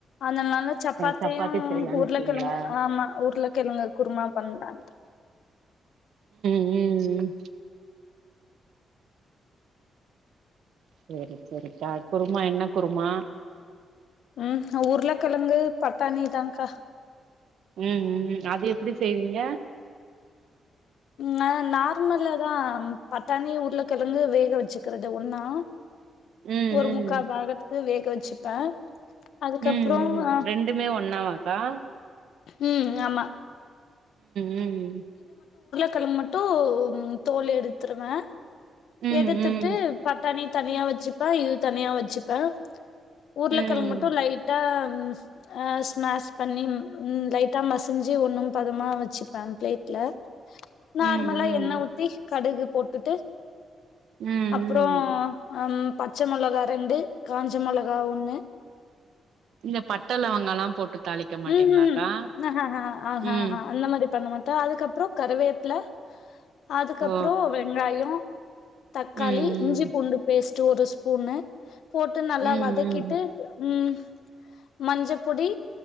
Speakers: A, on the left (about 75°); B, on the right (about 75°).
A: அதனால சப்பாத்தியும்
B: சப்பாத்தி செய்யலான்னு
A: உர்ல
B: இருக்கீங்களா
A: கெழங்கு ஆமா உர்ல கெழங்கு குருமா பண்ணலான்டு
B: உம் செரி செரிக்கா குருமா என்ன குருமா
A: உம் உருளக்கெழங்கு பட்டாணிதாக்கா
B: உம் உம் அது எப்டி செய்வீங்க
A: நா நார்மல்லா தான் பட்டாணி உருளக்கெழங்கு வேக வச்சுக்கிறது ஒன்னா
B: உம்
A: ஒரு
B: உம்
A: முக்கா பாகத்துக்கு வேக வச்சுப்பே அதுக்கப்புறோ
B: உம் உம்
A: ஆ
B: ரெண்டுமே ஒண்ணாவாக்கா
A: ஹம் ஆமா
B: ம்
A: கெழங்க மட்டும் தோல் எடுத்துருவே
B: ம்
A: எடுத்துட்டு
B: ம்
A: பட்டாணி தனியா வச்சுப்பே இது தனியா வச்சுப்பே உருலகெழங்கு
B: ம்
A: மட்டும் லைட்டா உம் ஸமஸ் பண்ணி லைட்டா மசிஞ்சு ஒண்ணும் பதமா வச்சு பாம்ப்ளேட்ல நார்மலா
B: ம் ம் ம்
A: எண்ண ஊத்தி கடுகு போட்டுட்டு.
B: ம்
A: அப்புறோ அஹம். பச்ச மொளகா ரெண்டு காஞ்ச மொளகா ஒண்ணு.
B: இந்த பட்டலவங்க எல்லா போட்டு. தாளிக்க மாட்டீங்களாக்கா
A: ஹம் உஹம்ம் ஆஹஹஹ ஆஹஹஹ
B: ம்
A: அந்த மாரி பண்ண மாட்ட. அதுக்கப்புறோ கறிவேப்ல. அதுக்கப்புறோ
B: ஓ
A: வெங்காயோ. தக்காளி
B: ம்
A: இஞ்சி பூண்டு பேஸ்ட். ட்டு ஒரு ஸ்பூனு. போட்டு நல்லா
B: ம் ம்
A: வதக்கிட்டு உம். மஞ்சப்பொடி.